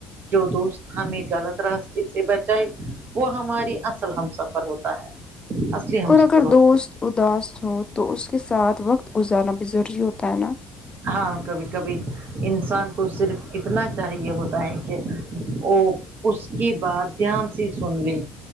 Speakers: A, on the right; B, on the left.
A: جو دوست ہمیں غلط راستے سے بچائے وہ ہماری اصل ہم سفر ہوتا ہے اصلی ہمسفر
B: اور اگر
A: ہوتا ہے۔
B: دوست اداس ہو تو اس کے ساتھ وقت گزارنا بھی ضروری ہوتا ہے نا
A: ہاں کبھی کبھی انسان کو صرف اتنا چاہیے ہوتا ہے کہ وہ اس کی بات دھیان سے سن لے